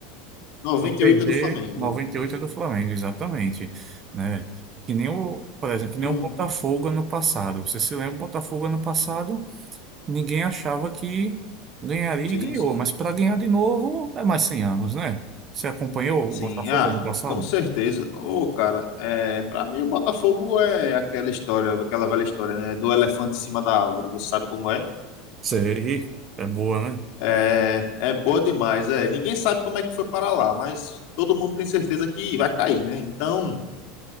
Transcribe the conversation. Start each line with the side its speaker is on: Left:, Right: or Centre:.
Left: 98
Right: para perder
Left: é do Flamengo,
Right: 98
Left: vamos dizer assim.
Right: é do Flamengo, exatamente, né? Que nem o, por exemplo,
Left: Então,
Right: que nem o Botafogo ano passado. Você se lembra, o Botafogo ano passado, ninguém achava que ganharia
Left: sim,
Right: e ganhou,
Left: sim.
Right: mas para ganhar de novo é mais 100 anos, né? Você acompanhou
Left: Sim,
Right: o Botafogo
Left: ah,
Right: ano passado?
Left: com certeza. Ô, cara, é, para mim o Botafogo é aquela história, aquela velha história, né? Do elefante em cima da árvore, você sabe como é?
Right: Sei, é boa, né?
Left: É, é boa demais, é. Ninguém sabe como é que foi para lá, mas todo mundo tem certeza que vai cair, né? Então,